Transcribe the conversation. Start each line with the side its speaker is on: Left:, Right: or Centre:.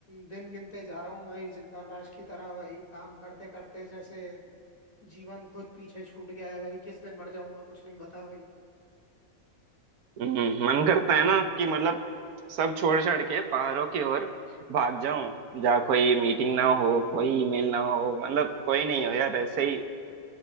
Left: दिन गिनते जा रहा हूँ भाई जिंदा लाश की तरह भाई काम करते करते जैसे जीवन खुद पीछे छूट गया है भाई किस दिन मर जाऊंगा कुछ नहीं पता भाई
Right: हम्म मन करता है ना कि मतलब सब छोड़ छाड़ के पहाड़ों की ओर भाग जाऊं जहाँ कोई मीटिंग ना हो कोई ईमेल ना हो मतलब कोई नहीं हो यार
Left: <laughs>
Right: ऐसे ही